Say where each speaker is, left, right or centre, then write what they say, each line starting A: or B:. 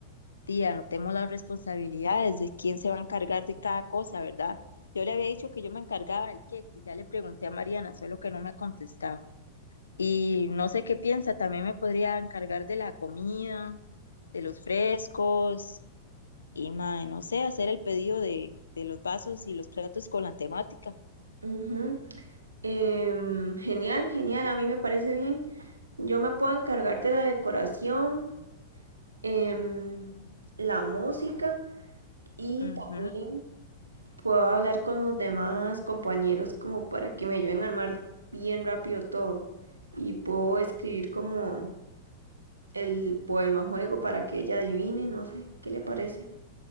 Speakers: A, on the left; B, on the right.
A: tía, anotemos las responsabilidades de quién se va a encargar de cada cosa, ¿verdad? Yo le había dicho que yo me encargaba del queque, ya le pregunté a Mariana, solo que no me ha contestado. Y no sé qué piensa, también me podría encargar de la comida, de los frescos y, mae, no sé, hacer el pedido de, de los vasos y los platos con la temática.
B: Ujú. Em, genial, genial, a mí me parece bien. Yo me puedo encargar de la decoración, em, la música y
A: Ujú.
B: también puedo hablar con los demás compañeros como para que me ayuden a armar bien rápido todo. Y puedo escribir como el poema juego para que ella adivine, no sé, ¿qué le parece?